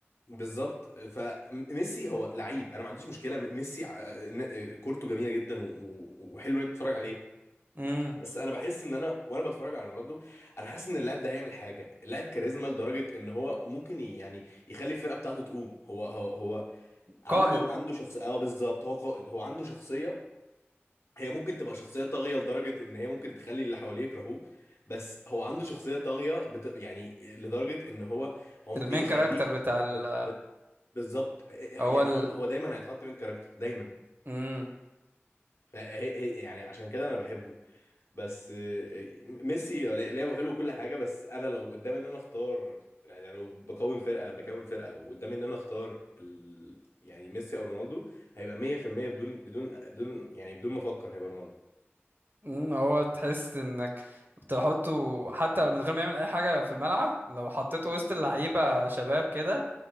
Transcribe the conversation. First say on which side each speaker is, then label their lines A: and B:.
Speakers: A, on the left; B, on the right.
A: بالظبط فميسي هو لعيب انا ما عنديش مشكله ميسي آه، ن- آه، كورته جميله جدا و- و- وحلو انك تتفرج عليه
B: امم
A: بس انا بحس ان انا وانا بتفرج على رونالدو انا حاسس ان اللاعب ده هيعمل حاجه اللاعب كاريزما لدرجه ان هو ممكن ي- يعني يخلي الفرقه بتاعته تقوم هو هو هو عنده
B: قائد
A: عنده شخصيه اه بالظبط هو قائد هو عنده شخصيه هي ممكن تبقى شخصية طاغية لدرجة إن هي ممكن تخلي اللي حواليه يكرهوه بس هو عنده شخصية طاغية بت... يعني لدرجة إن هو هو ممكن
B: المين
A: يخليك
B: كاركتر بتاع ال
A: ب... ب... بالظبط
B: هو
A: يعني
B: ال
A: هو هو دايما هيتحط من كاركتر دايما
B: مم.
A: فهي هي- يعني عشان كده أنا بحبه بس آه، ميسي لا- لعبه حلو كل حاجة بس أنا لو قدامي إن أنا أختار يعني لو بكون فرقة بكون فرقة وقدامي إن أنا أختار ال... يعني ميسي أو رونالدو هيبقى 100% بدون بدون بدون يعني بدون ما أفكر هيبقى
B: مم. هو تحس انك بتحطه حتى من غير ما يعمل اي حاجة في الملعب لو حطيته وسط اللعيبة شباب كده